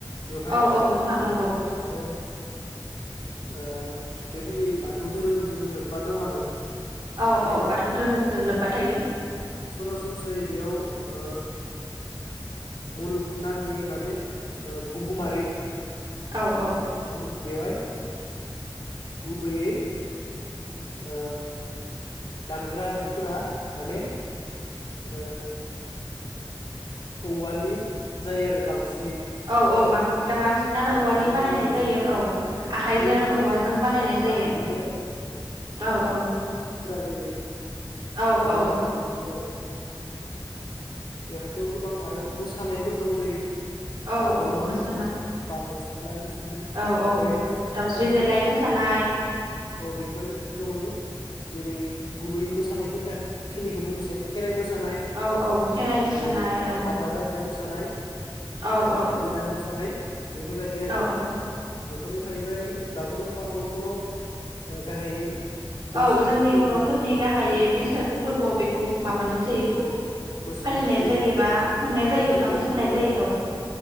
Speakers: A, on the left (about 65°); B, on the right (about 60°).
A: बेवहाय
B: औ औ नोंथां नंगौ।
A: आरो ओ, बे गुबैयै बाथौ धोरोमजों लोब्बा दं आरो।
B: औ
A: बेयाव
B: औ बाथौ धोरोमजों लोब्बा थायो
A: सरासनस्रायै बेयाव ओ, मुलुगनाङै माने बुहुमारि
B: औ औ।
A: माने बेवहाय गुबैयै ओ, दामग्रा आगजुफोरा माने ओ औवानि जायो आरो बांसि
B: औ औ बां गोबांसिनानो
A: औवाजों
B: औवानि बानायनाय जायो।
A: आरो
B: औ
A: जेरै
B: आखाइजों
A: सिफुं
B: औवाजों बानायनाय
A: थरखा
B: जायो,
A: बिदि आरो
B: औ औ
A: जेरै
B: औ
A: औवाजों
B: औ
A: बानायो बिदि आरो। बेवहायथ गोबां आरो मोसानायफोर दं, जेरै
B: औ
A: बागुरुम्बा
B: औ मोसा
A: मोसानाय, बारदै सिख्ला मोसानाय,
B: औ औ
A: बैरामाब
B: दाउस्रि
A: मोसानाय
B: देलाय मोसानाय
A: औ बेफोर दङ। जेरै गुबै मोसानाय खेथा खिनिखौ बुंनोसै आं, खेराइ मोसा नाय,
B: औ औ खेराइ मोसानाय
A: जेरै
B: औ
A: हाबा जानाय मोसानाय,
B: औ
A: ओ
B: औ
A: गोदान मो नाय बेफोरबायदि आरो।
B: औ औ
A: बेफोराव थाहैबाय बागुरुम्बा खौथ गाहायै बैसागु
B: औ, जोंनि
A: फोरबोआव
B: बरफोरनि गाहायै
A: आरो
B: बैसागु फोर्बोआव बेखौ माबानाय जायो
A: औ, मोसानाय
B: फालिनाय
A: जायो
B: जायोबा
A: आरो,
B: खुंनाय
A: आरो
B: जायो
A: गुबैयैथ
B: बा मोसानाय
A: ओ
B: जायो